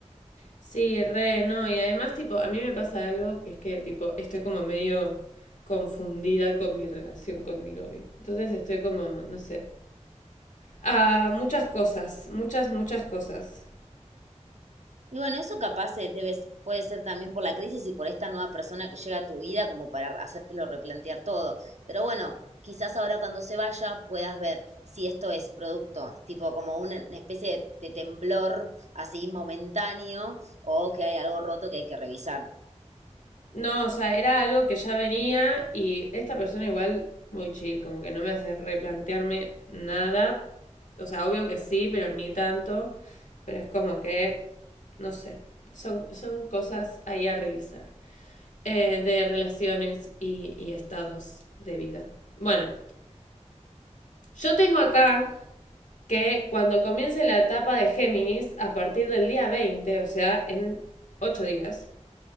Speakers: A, on the left; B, on the right.
A: Sí, re, no. Y además, tipo, a mí me pasa algo que es que, tipo, estoy como medio confundida con mi relación con mi novio. Entonces estoy como, no sé. Ah, muchas cosas, muchas, muchas cosas.
B: Y bueno, eso capaz eh, debe- puede ser también por la crisis y por esta nueva persona que llega a tu vida como para hacértelo replantear todo. Pero bueno, quizás ahora cuando se vaya puedas ver si esto es producto, tipo como una especie de, de temblor así momentáneo o que hay algo roto que hay que revisar.
A: No, o sea, era algo que ya venía y esta persona igual muy chill, como que no me hace replantearme nada. O sea, obvio que sí, pero ni tanto. Pero es como que, no sé, son, son cosas ahí a revisar. eh, de relaciones y, y estados de vida. Bueno, yo tengo acá que cuando comience la etapa de Géminis, a partir del día 20, o sea, en 8 días.